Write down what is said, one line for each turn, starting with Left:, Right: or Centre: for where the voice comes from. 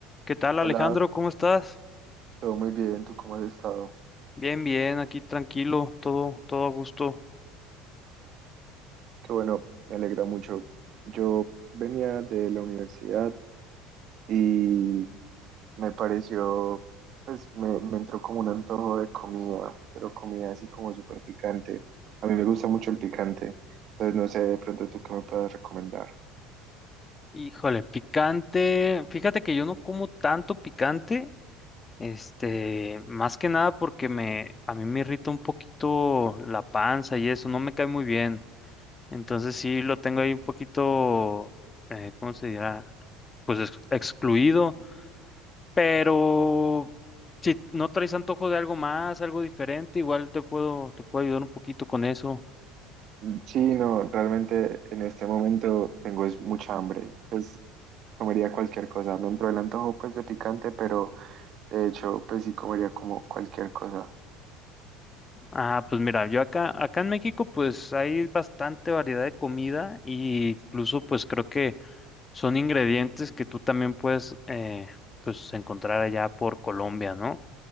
Left: ¿Qué tal,
Right: Hola,
Left: Alejandro? ¿Cómo estás?
Right: todo muy bien, ¿tú cómo has estado?
Left: Bien, bien, aquí tranquilo, todo, todo a gusto.
Right: Qué bueno, me alegra mucho. Yo venía de la universidad y me pareció, pues me, me entró como un antojo de comida, pero comida así como súper picante. A mí me gusta mucho el picante, entonces no sé de pronto tú qué me puedes recomendar.
Left: Híjole, picante. Fíjate que yo no como tanto picante, este, más que nada porque me, a mí me irrita un poquito la panza y eso, no me cae muy bien. Entonces sí lo tengo ahí un poquito, eh, ¿cómo se dirá? Pues ex- excluido. Pero si no traes antojo de algo más, algo diferente, igual te puedo, te puedo ayudar un poquito con eso.
Right: Mm, Sí, no, realmente en este momento tengo es mucha hambre, pues comería cualquier cosa. Me entró el antojo pues de picante, pero de hecho pues sí comería como cualquier cosa.
Left: Ah, pues mira, yo acá, acá en México pues hay bastante variedad de comida e incluso pues creo que son ingredientes que tú también puedes eh, pues encontrar allá por Colombia, ¿no?